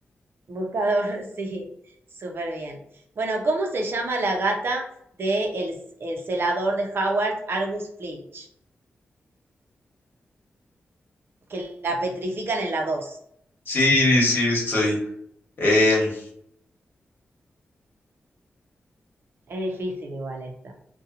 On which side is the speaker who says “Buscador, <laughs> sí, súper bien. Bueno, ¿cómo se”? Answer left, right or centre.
Right